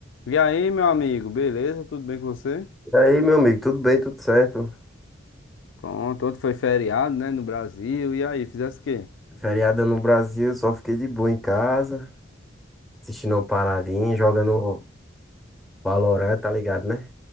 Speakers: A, on the left; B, in the centre.
A: E aí, meu amigo, beleza? Tudo bem com você?
B: E aí, meu amigo, tudo bem, tudo certo?
A: Pronto, ontem foi feriado, né, no Brasil. E aí, fizesse o quê?
B: Feriado no Brasil, só fiquei de boa em casa, assistindo uma paradinha, jogando Valorant, tá ligado, né?